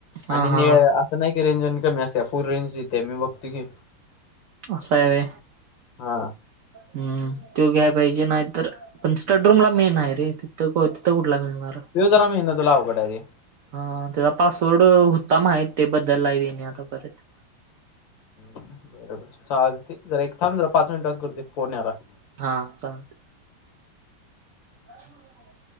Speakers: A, on the right; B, on the left.
A: हा
B: आणि
A: हा
B: नाही रेंज आणि कमी असते फुल रेंज देते मी बघतो की.
A: असा आहे होय
B: हा
A: हम्म तो घ्याय पाहिजे नाहीतर पण स्टडरूम ला मेन आहे रे तिथं तिथं कुठला मिळणार.
B: देव जरा मिळणं तुला अवघड आहे रे.
A: हा त्याचा पासवर्ड होता माहिती ते बद्दल ला देणे आता परत.
B: बरोबर चालते जरा एक थांब जरा पाच मिनिटात करते फोन यालाय.
A: हा चालतय. <inaudible>